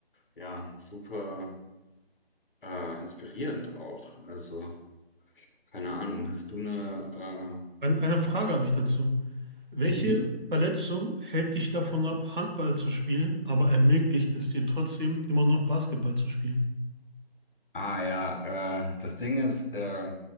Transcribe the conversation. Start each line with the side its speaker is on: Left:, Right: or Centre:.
Left: ja super Äh, inspirierend auch. Also, keine Ahnung, hast du eine...
Right: Ein, eine Frage habe ich dazu. Welche
Left: Äh, mhm.
Right: Verletzung hält dich davon ab, Handball zu spielen, aber ermöglicht es dir trotzdem immer noch Basketball zu spielen?
Left: Ah ja, äh, das Ding ist, äh,